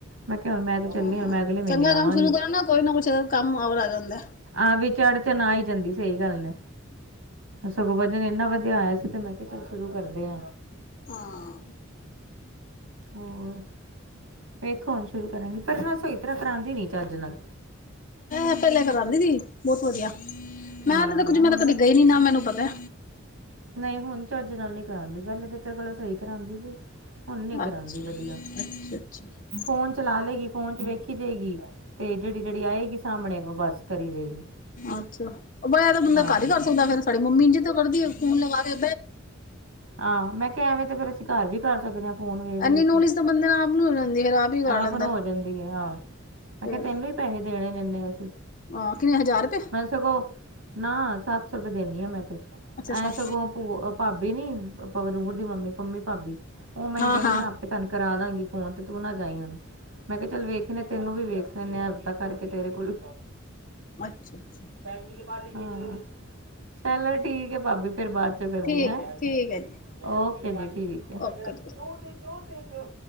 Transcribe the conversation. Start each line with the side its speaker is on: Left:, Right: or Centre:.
Right: ਮੈਂ ਕਿਹਾ ਹੁਣ ਮੈਂ ਤੇ ਚੱਲੀ
Left: ਹਾਂ
Right: ਆ ਮੈਂ ਅਗਲੇ ਮਹੀਨੇ
Left: ਚੰਗਾ
Right: ਆਵਾਂਗੀ।
Left: ਕੰਮ ਸ਼ੁਰੂ ਕਰੋ ਨਾ ਕੋਈ ਨਾ ਕੁਛ ਕੰਮ ਔਰ ਆ ਜਾਂਦਾ।
Right: ਆਹ ਵਿਚ ਅੜਚਨ ਆ ਹੀ ਜਾਂਦੀ ਸਹੀ ਗੱਲ ਹੈ। ਸਗੋਂ ਵਜਨ ਇੰਨਾ ਵਧੀਆ ਆਇਆ ਸੀ ਤੇ ਮੈਂ ਕਿਹਾ ਚੱਲ ਸ਼ੁਰੂ ਕਰਦੇ ਹਾਂ।
Left: ਹਾਂ।
Right: ਹੋਰ ਦੇਖੋ ਹੁਣ ਸ਼ੁਰੂ ਕਰਾਂਗੀ ਪਰ ਨਾ ਸਹੀ ਤਰ੍ਹਾਂ ਕਰਾਉਂਦੀ ਨੀ ਚੱਜ ਨਾਲ।
Left: ਐ ਪਹਿਲੇ ਕਰਾਦੀ ਸੀ ਬਹੁਤ ਵਧੀਆ।
Right: ਹਾਂ
Left: ਮੈਂ ਤੇ ਦੇਖੋ ਜੀ ਮੈਂ
Right: ਹੁਣ
Left: ਤੇ ਕਦੇ ਗਈ ਨੀ ਨਾ ਮੈਨੂੰ ਪਤਾ।
Right: ਨਈ ਹੁਣ ਚੱਜ ਨਾਲ ਨੀ ਕਰਾਉਂਦੀ ਪਹਿਲੇ ਤਾਂ ਚਲੋ ਸਹੀ ਕਰਾਉਂਦੀ ਸੀ। ਹੁਣ ਨੀ ਕਰਾਉਂਦੀ
Left: ਅੱਛਾ
Right: ਵਧੀਆ।
Left: ਅੱਛਾ ਅੱਛਾ
Right: ਫੋਨ ਚਲਾ ਲਏਗੀ ਫੋਨ ਚ ਵੇਖੀ ਜਾਏਗੀ ਤੇ ਜਿਹੜੀ-ਜਿਹੜੀ ਆਏਗੀ ਸਾਹਮਣੇ ਉਹ ਬੱਸ ਕਰੀ ਜਾਏਗੀ।
Left: ਅੱਛਾ ਬਾ ਇਹ ਤਾਂ ਬੰਦਾ
Right: ਹਾਂ
Left: ਕਰ ਹੀ ਕਰ ਸਕਦਾ ਫੇਰ ਸਾਡੀ ਮੰਮੀ ਇੰਜ ਹੀ ਤਾਂ ਕਰਦੀ ਫੋਨ ਲਗਾ ਕੇ।
Right: ਆ ਮੈਂ ਕਿਹਾ ਐਵੇਂ ਤੇ ਫੇਰ ਅਸੀਂ ਘਰ ਵੀ ਕਰ ਸਕਦੇ ਹਾਂ। ਫੋਨ ਵੇਖ-ਵੇਖ
Left: ਇੰਨੀ ਨੌਲੇਜ
Right: ਕੇ
Left: ਤਾਂ ਬੰਦੇ ਨੂੰ ਆਪ ਨੂੰ ਹੋ ਜਾਂਦੀ ਫੇਰ ਆਪ ਹੀ ਕਰ
Right: ਆ
Left: ਲੈਂਦਾ
Right: ਪਰੋ ਹੋ ਜਾਂਦੀ ਹੈ ਆਹ ਮੈਂ
Left: ਫੇਰ
Right: ਕਿਹਾ ਤੈਨੂੰ ਹੀ ਪੈਹੈ ਦੇਣੇ ਨੇ ਇੰਨੇ ਅਸੀਂ।
Left: ਹਾਂ ਕਿੰਨੇ ਹਜ਼ਾਰ ਰੁਪਏ?
Right: ਮੈ ਸਗੋਂ ਨਾ ਸੱਤ ਸੌ ਰੁਪਏ ਦੇਨੀ ਆ ਮੈਂ ਤੇ
Left: ਅੱਛਾ ਸੱਠ
Right: ਐਂ ਸਗੋਂ ਭਾਬੀ ਨੀ ਭਵਨੂਰ ਦੀ ਮੰਮੀ ਪੰਮੀ ਭਾਬੀ ਉਹ ਮੈਨੂੰ
Left: ਹਾਂ
Right: ਕਹਿੰਦੀ
Left: ਹਾਂ
Right: ਮੈਂ ਤੁਹਾਨੂੰ ਕਰਾ ਦਾਂਗੀ ਫੋਨ ਤੇ ਤੂੰ ਨਾ ਜਾਈ ਹੁਣ ਮੈਂ ਕਿਹਾ ਚੱਲ ਵੇਖਣੇ ਤੈਨੂੰ ਵੀ ਵੇਖ ਲੈਂਨੇ ਹਾਂ ਹਫਤਾ ਕਰਕੇ ਤੇਰੇ ਕੋਲ।
Left: ਅੱਛਾ ਅੱਛਾ
Right: ਹਾਂ, ਚਲੋ ਠੀਕ ਹੈ ਭਾਬੀ ਫੇਰ ਬਾਦ ਚੋ ਕਰਦੀ
Left: ਠੀਕ
Right: ਆ ਹੈ
Left: ਠੀਕ ਜੀ
Right: ਓਕੇ ਜੀ ਠੀਕ ਐ।
Left: ਓਕੇ ਜੀ